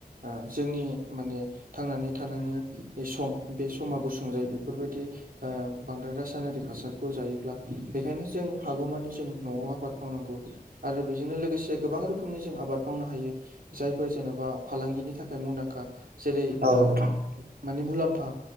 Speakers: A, on the right (about 70°); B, on the right (about 90°).
A: ओ जोंनि माने थांनानै थानायनि सम बे समा गुसुं जायो बेफोरबायदि ओ बांद्राय रासायनारि हासारखौ जायोब्ला बेखायनो जों हागौमानि जों न'आव आबाद मावनांगौ आरो बेजोंनो लोगोसे गोबां रोखोमनि जों आबाद मावनो हायो जायफोर जेन'बा फालांगिनि थाखाय मुंदांखा जेरै
B: औ
A: ओ
B: नोंथां औ
A: माने मुलाम्फा